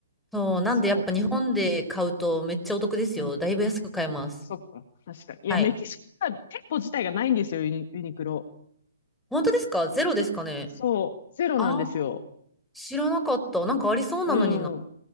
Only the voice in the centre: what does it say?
そう、なんでやっぱ日本で買うとめっちゃお得ですよ。
だいぶ安く買えます。
はい。
本当ですかゼロですかね
あー知らなかった。なんかありそうなのにな。